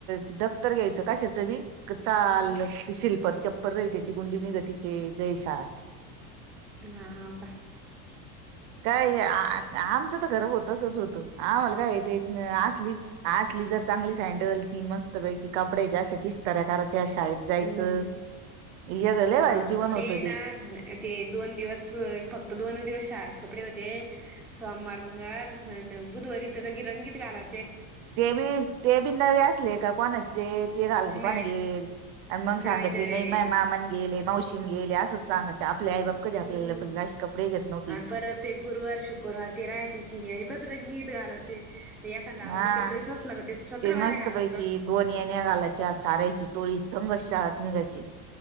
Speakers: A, on the right; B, in the centre.
A: दफ्तर घ्यायचं कशाचं बी. चाल
B: हम्म
A: त सिल्पर चप्पर रही त्याची गुंडी नि गतीचे जयशात.
B: ना बा
A: काय आमचं तर खरंब होत असच होतं आम्हाला काय येत असली असली जर चांगली सँडल ती मस्त पैकी कपडयाच्या अशा ईस्ताऱ्याकाराच्या शाळेत जायचं.
B: हम्म.
A: यगळ लय
B: हा
A: भारी जीवन होत
B: ना
A: ते
B: ते दोन दिवस फक्त दोन दिवस शाळा कपडे होते. सोमवार, मंगळवार, बुधवारी रगी रंगीत घाला
A: ते बी ते बी नवे असले का कोणाचे ते घालायचे.
B: नवे
A: कोणा गेल आणि मग
B: नवे
A: सांगायचे
B: नवे
A: नाही माझ्या मामांनी गेले मावशीन गेले, असच सांगायचे आपल्या आई
B: अ
A: बाप कधी आपल्याला अे कपडे घेत नव्हते
B: आणि
A: इतके
B: परत ते गुरुवार शुक्रवार ते राहायचे शनिवारी परत रंगीत घालायचे. ते एखादा
A: हा
B: आवडीचा ड्रेस असला कि तो सतरा
A: ते मस्तपैकी
B: वाऱ्या घालायचा.
A: दोन येण्या घालाच्या सारायची टोळी संघच शाळात निघायची,